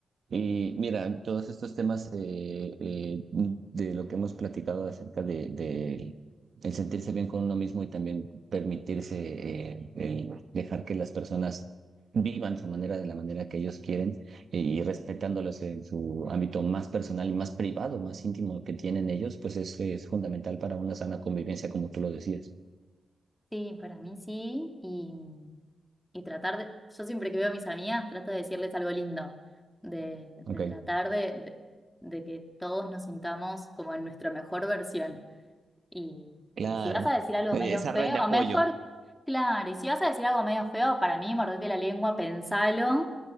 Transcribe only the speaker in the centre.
Sí, para mí sí, y, y tratar de, yo siempre que veo a mis amigas trato de decirles algo lindo, de,
de tratar de, de de que todos nos sintamos como en nuestra mejor versión Y,
y si vas a decir algo
medio feo, mejor,
claro, y si vas a decir algo medio feo, para mí, mordete la lengua, pensalo,